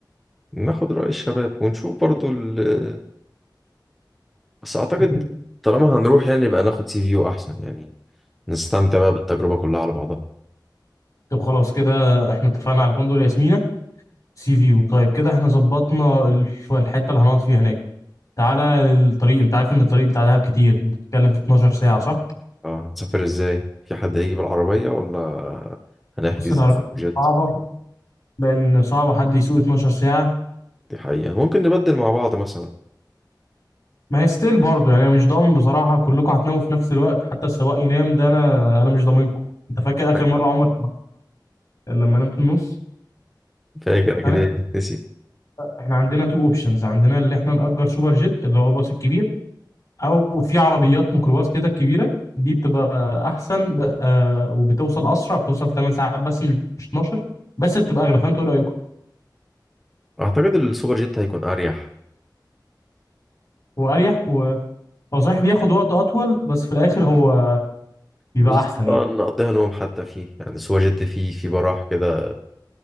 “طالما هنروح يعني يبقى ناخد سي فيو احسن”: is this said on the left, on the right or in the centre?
Centre